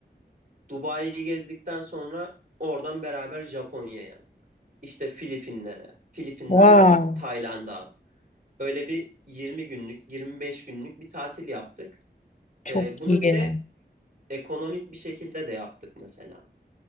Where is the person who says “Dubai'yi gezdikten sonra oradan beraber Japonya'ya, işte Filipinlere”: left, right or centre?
Right